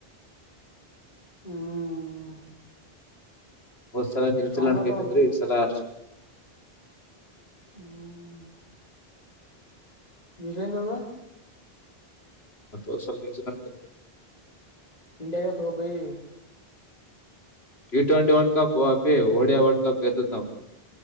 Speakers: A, on the left; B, on the left.
A: ಹ್ಮ್.
B: ಒಂದ್ಸಲ ನ್ಯೂಲೆಂಡ್
A: ಸ್ಟ್ರಾಂಗ್ ಅದ
B: ಗೆದಿದ್ರೆ
A: ಅದು
B: ಈ ಸಲ ಆಸ್ಟ್ರೇ.
A: ಹ್ಮ್. ನೀಜೇದಾ.
B: ಮತ್ತಸಲ್ ನ್ಯೂಜಿಲೆಂಡ್ದು.
A: ಇಂಡ ದುಬಿ. <inaudible>
B: ಟ್ವೆಂಟಿ ವರ್ಲ್ಡ್ ಕಪ್ ಪೇ ಹೊಡಿಯ ವರ್ಲ್ಡ್ ಕಪ್ ಗೆದ್ದಿದ್ದು ನಾವೂ.